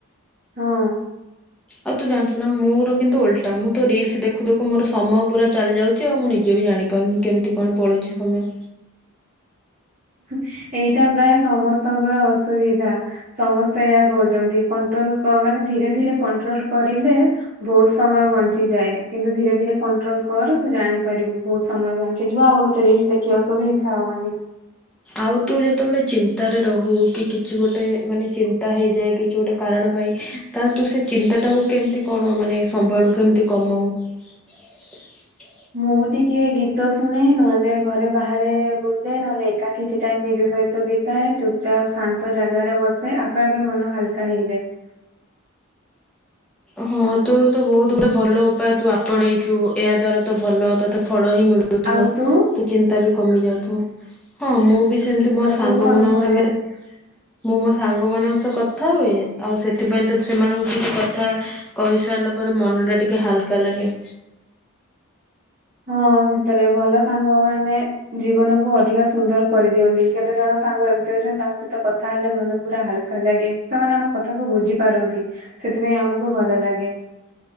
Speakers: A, on the right; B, in the centre.
A: ହଁ।
B: ଆଉ ତୁ ଜାଣିଛୁ ନା ମୋର କିନ୍ତୁ ଓଲଟା ମୁଁ ତ ରିଲସ ଦେଖୁ ଦେଖୁ ମୋର ସମୟ ପୁରା ଚାଲି ଯାଉଛି ଆଉ ମୁଁ ନିଜେ ବି ଜାଣି ପାରୁନି କେମିତି କଣ ପଳଉଛି ସମୟ।
A: <inaudible> ଏଇଟା ପ୍ରାୟ ସମସ୍ତଙ୍କର ଅସୁବିଧା। ସମସ୍ତେ ଏହା କହୁଛନ୍ତି କଣ୍ଟ୍ରୋଲ ମାନେ ଧୀରେ ଧୀରେ କଣ୍ଟ୍ରୋଲ କରିଲେ ବହୁତ ସମୟ ବଞ୍ଚିଯାଏ। କିନ୍ତୁ ଧୀରେ ଧୀରେ କଣ୍ଟ୍ରୋଲ କର ତୁ ଜାଣିପାରିବୁ ବହୁତ ସମୟ ବଞ୍ଚିଯିବ ଆଉ ତୋତେ ରିଲସ ଦେଖିବାକୁ ବି ଇଚ୍ଛା ହବନି।
B: ଆଉ ତୁ ଯେତେବେଳେ ଚିନ୍ତାରେ ରହୁ କି କିଛି ଗୋଟେ ମାନେ ଚିନ୍ତା ହେଇଯାଏ କିଛି ଗୋଟେ କାରଣ ତାହେଲେ ତୁ ସେ ଚିନ୍ତାଟାକୁ କେମିତି କଣ ମାନେ ସମ୍ଭାଳୁ କେମିତି କମାଉ? <inaudible>
A: ମୁଁ ଟିକେ ଗୀତ ଶୁଣେ ନହେଲେ ଘରେ ବାହାରେ ବୁଲେ ନହେଲେ ଏକା କିଛି ଟାଇମ୍ ନିଜ ସହିତ ବିତାଏ। ଚୁପଚାପ ଶାନ୍ତ ଜାଗାରେ ବସେ ଆପେ ଆପେ ମନ ହାଲକା ହେଇଯାଏ। <inaudible>
B: ହଁ ତୋର ତ ବହୁତ ଗୋଟେ ଭଲ ଉପାୟ ତୁ ଆପଣେଇଛୁ ଏହା ଦ୍ଵାରା ତ ଭଲ ତତେ ଫଳ ହିଁ ମିଳୁଥିବ।
A: ଆଉ ତୁ
B: ତ ଚିନ୍ତା ବି କମି ଯାଉଥିବ। ହଁ ମୁଁ ବି ସେମତି ମୋ
A: ଆଉ
B: ସାଙ୍ଗ
A: ତୁ କଣ
B: ମାନଙ୍କ
A: କରୁ?
B: ସାଙ୍ଗରେ ମୁଁ ମୋ ସାଙ୍ଗମାନଙ୍କ ସହ କ କଥା ହୁଏ। ଆଉ ସେଥିପାଇଁ ତ ସେମାନଙ୍କୁ କିଛି କ କହିସାରିଲା ପରେ ମନଟା ଟିକେ ହାଲକା ଲାଗେ।
A: ହଁ ସେଥିରେ ଭଲ ସାଙ୍ଗ ମାନେ ଜୀବନ କୁ ଅଧିକା ସୁନ୍ଦର କରିଦିଅନ୍ତି। କେତେ ଜଣ ସାଙ୍ଗ ଏମିତି ଅଛନ୍ତି ତାଙ୍କ ସହିତ କଥା ହେଲେ ମନ ପୁରା ହାଲକା ଲାଗେ। ସେମାନେ ଆମ କଥା କ ବୁଝି ପାରନ୍ତି। ସେଥିପାଇଁ ଆମକୁ ଭଲ ଲାଗେ।